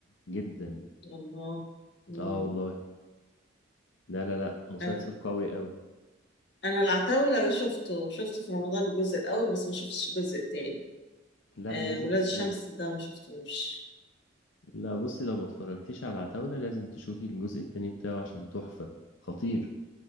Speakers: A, on the left (about 80°); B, on the left (about 65°).
A: جدا
B: الله مم.
A: اه والله لا لا لا مسلسل
B: انا
A: قوي قوي
B: انا العتاولة شفته شفته في رمضان الجزء الاول بس ما شفتش الجزء التاني
A: لا
B: آه
A: لازم
B: ولاد
A: تشوفي
B: الشمس ده ما شفتوش
A: لا بصي لو ما اتفرجتيش على عتاولة لازم تشوفي الجزء التاني بتاعه عشان تحفة خطير